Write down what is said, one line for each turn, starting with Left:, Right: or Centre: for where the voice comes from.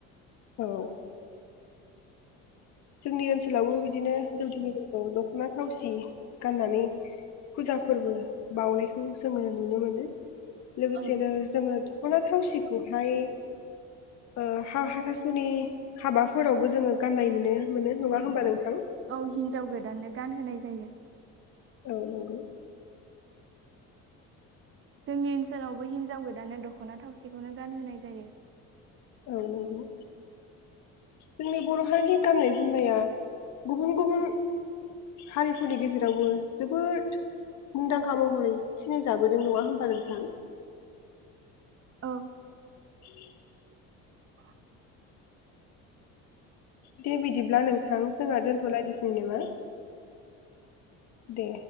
Left: औ जोंनि ओनसोलावबो बिदिनो दौदिनिफोरखौ दख'ना थावसि गाननानै फुजा फोरबो बाउनायखौ जोङो नुनो मोनो लोगोसेनो
Right: औ
Left: जोङो दख'ना थावसिखौहाय ओ हा हाथासुनि हाबाफोरावबो जोङो गाननाय नुनो मोनो नङा होनबा नोंथां
Right: औ हिन्जाव गोदाननो गानहोनाय जायो।
Left: औ नंगौ।
Right: जोंनि ओनसोलावबो हिनजाव गोदानो दख'ना थावसिखौनो गानहोनाय जायो।
Left: औ नंगौ जोंनि बर' हारिनि गाननाय जोमनाया गुबुन गुबुन हारिफोरनि गेजेरावबो जोबोद मुंदांखा महरै सिनायजाबोदों नङा होनबा नोंथां?
Right: औ
Left: <inaudible>
Right: ओ
Left: दे बिदिब्ला नोंथां जोंहा दोनथ'लायनोसै नामा दे